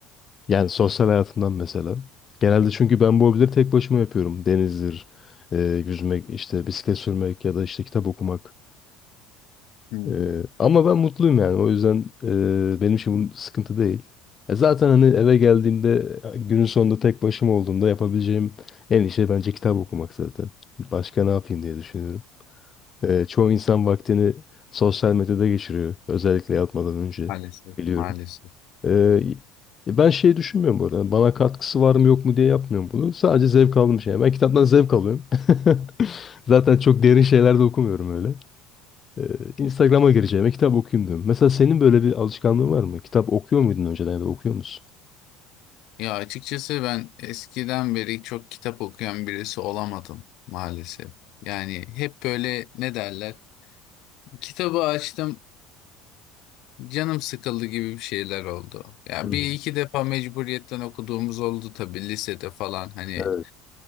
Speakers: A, on the left; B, on the left.
A: Yani sosyal hayatımdan mesela. Genelde çünkü ben bu hobileri tek başıma yapıyorum. Denizdir, e, yüzmek, işte bisiklet sürmek ya da işte kitap okumak.
B: Hmm.
A: Ee, ama ben mutluyum yani. O yüzden e, benim için bu sıkıntı değil. E zaten hani eve geldiğimde e, günün sonunda tek başıma olduğumda yapabileceğim en iyi şey bence kitap okumak zaten. Başka ne yapayım diye düşünüyorum. E, çoğu insan vaktini sosyal medyada geçiriyor. Özellikle yatmadan önce
B: Maalesef,
A: biliyorum.
B: maalesef.
A: E, ben şey düşünmüyorum bu arada. Bana katkısı var mı yok mu diye yapmıyorum bunu. Sadece zevk aldığım şey. Ben kitaptan zevk alıyorum. <laughs> Zaten çok derin şeyler de okumuyorum öyle. Ee, Instagram'a gireceğime kitap okuyayım diyorum. Mesela senin böyle bir alışkanlığın var mı? Kitap okuyor muydun önceden ya da okuyor musun?
B: Ya açıkçası ben eskiden beri çok kitap okuyan birisi olamadım maalesef. Yani hep böyle ne derler? Kitabı açtım, canım sıkıldı gibi bir şeyler oldu. Ya
A: Hmm,
B: bir iki defa mecburiyetten okuduğumuz oldu tabii lisede falan hani
A: Evet,